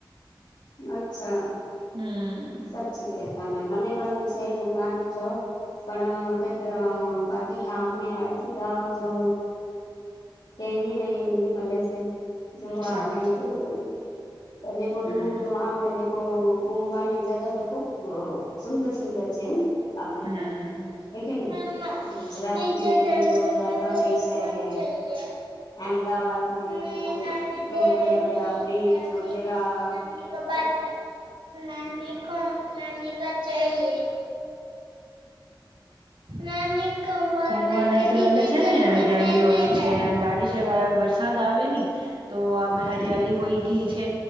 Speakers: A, on the left; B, on the right.
A: અચ્છા
B: હમ.
A: સાચી ક તમે મને પણ છે ગુમાડું છો પણ કઈ કર બાકી કે કામ મે અર્જીિતઓ જો ટેમ નહી મલે છે જોવા
B: સાચી
A: નહી જોવું હોય ક કોઈ
B: હમ
A: આપ ઘુમવાની ની જગા તો ખુબ સુંદર સુંદર છે ને આપણે
B: હમ.
A: તો હે કે નહી
B: મમ્મા
A: ગુજરાત
B: નિર્જર
A: મે
B: તાલુકાના
A: દેખો દ્વારકાધીશ
B: ઘરે
A: હૈ
B: ફોન જોઈએ.
A: અમદાવાદ મે
B: નહી
A: દેખો
B: નાની
A: તો
B: દે
A: બડિયા
B: રહી
A: બડિયા બ્રિજ
B: નાની
A: વગેરા <inaudible>
B: નાની
A: <unintelligible>
B: કો બાત હૈ નાની કો નાની કા ચાહિએ નાની કો હ મને તો બને છે ને હરિયાળો હોય છે બારીસ વરસાદ આવે ની તો હરિયાળલી હોય ગઈ છે